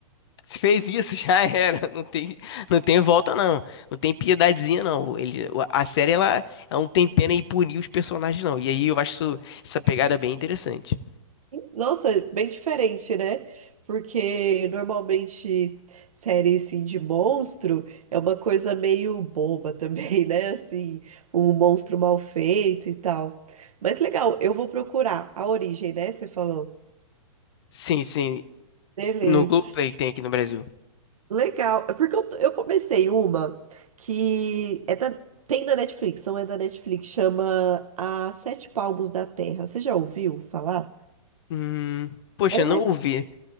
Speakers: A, on the left (about 50°); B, on the right (about 80°).
A: se fez isso, <laughs> já era. Não tem, não tem volta, não. Não tem piedadezinha, não. Ele, a série, ela, ela não tem pena em punir os personagens, não. E aí eu acho isso- essa pegada bem interessante.
B: Nossa, bem diferente, né? Porque normalmente série assim de monstro é uma coisa meio boba <laughs> também, né? Assim, um monstro mal feito e tal. Mas legal, eu vou procurar a origem, né? Você falou.
A: Sim, sim.
B: Beleza.
A: No Globoplay que tem aqui no Brasil.
B: Legal. É Porque eu, eu comecei uma que é da- tem na Netflix, não é da Netflix, chama A Sete Palmos da Terra. Você já ouviu falar?
A: Hum, poxa,
B: Ela
A: não
B: é
A: ouvi.